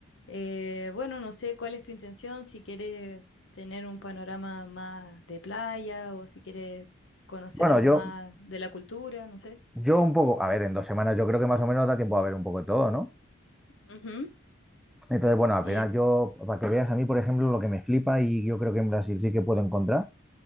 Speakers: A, on the left; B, in the centre.
A: Eh, bueno, no sé cuál es tu intención, si quieres tener un panorama más de playa o si quieres conocer
B: Bueno,
A: algo
B: yo,
A: más de la cultura, no sé.
B: Yo un poco, a ver, en dos semanas yo creo que más o menos da tiempo a ver un poco de todo, ¿no?
A: Ujú.
B: Entonces, bueno, al
A: Y
B: final yo, para que veas a mí, por ejemplo, lo que me flipa y yo creo que en Brasil sí que puedo encontrar,